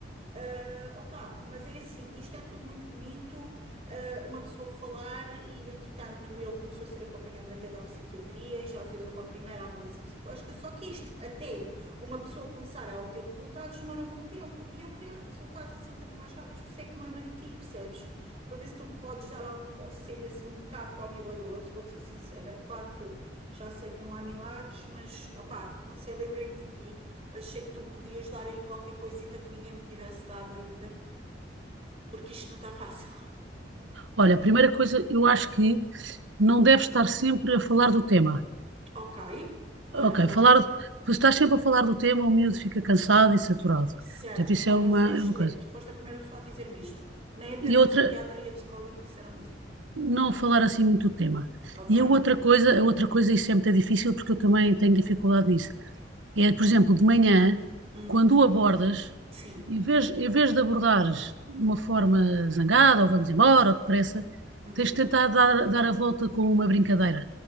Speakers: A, on the right; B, on the right.
A: Ah, opa, mas é assim, isto é tudo muito bonito, ah, uma pessoa falar e, entretanto, ele começou a ser acompanhado na pedopsiquiatria e já fez uma primeira avaliação psicológica, só que isto, até uma pessoa começar a obter resultados, demora muito tempo e eu queria resultados assim um bocadinho mais rápidos, por isso é que me lembrei de ti, percebes? Para ver se tu me podes dar algum conselho assim um bocado para o milagroso, vou-te ser sincera, claro que já sei que não há milagres, mas, opa, não sei, lembrei-me de ti. Achei que tu me podias dar aí qualquer coisita que ninguém me tivesse dado ainda, porque isto não está fácil. <laughs>
B: Olha, a primeira coisa, eu acho que não deves estar sempre a falar do tema.
A: Ok, olha,
B: Ok,
A: boa.
B: falar, tu estás sempre a falar do tema, o miúdo fica cansado e saturado.
A: Certo,
B: Portanto, isso
A: olha,
B: é uma,
A: isso é excelente.
B: é uma coisa.
A: Foste a primeira pessoa a dizer-me isto. Nem a pedopsiquiatra
B: E outra,
A: e a psicóloga me disseram isso.
B: não falar assim muito do tema.
A: Ok,
B: E a outra coisa, a outra coisa, isso é muito difícil porque eu também tenho dificuldade nisso. É, por exemplo, de manhã,
A: hum,
B: quando o abordas,
A: sim,
B: em vez, em vez de abordares de uma forma zangada, ou vamos embora, ou depressa,
A: uhum.
B: tens de tentar dar, dar a volta com uma brincadeira,